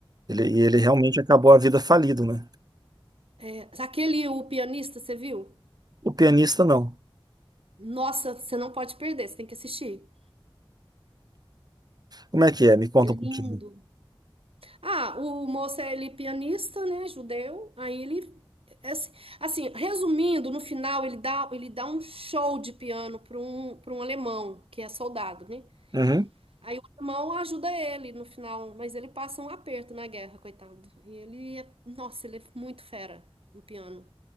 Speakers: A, on the right; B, on the right.
A: ele... e ele realmente acabou a vida falido, né?
B: É, aquele, o pianista, você viu?
A: O pianista, não.
B: Nossa, você não pode perder, você tem que assistir.
A: Como é que é? Me conta
B: É
A: um
B: lindo.
A: pouquinho.
B: Ah, o moço é ele é pianista, né, judeu. Aí ele é assim, assim, resumindo, no final ele dá ele dá um show de piano para um para um alemão que é soldado, né?
A: Uhum.
B: Aí o alemão ajuda ele no final, mas ele passa um aperto na guerra, coitado. E ele é, nossa, ele é muito fera no piano,